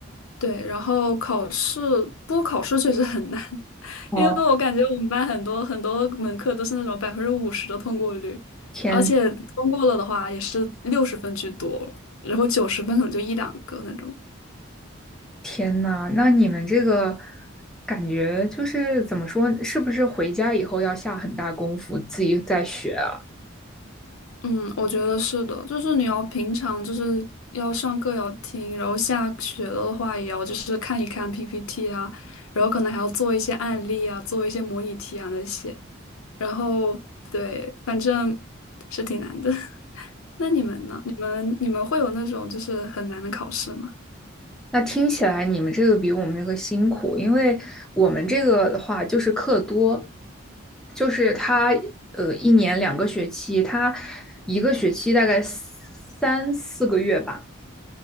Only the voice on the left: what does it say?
对，然后考试，不过考试确实很难，<laughs>
因为我感觉我们班很多很多门课都是那种百分之五十的通过率，
而且通过了的话也是六十分居多，然后九十分可能就一两个那种。
嗯，我觉得是的，就是你要平常就是要上课要听，然后下学了的话也要就是看一看 PPT 啊，然后可能还要做一些案例啊，做一些模拟题啊那些，然后对，反正是挺难的。<laughs> 那你们呢？你们你们会有那种就是很难的考试吗？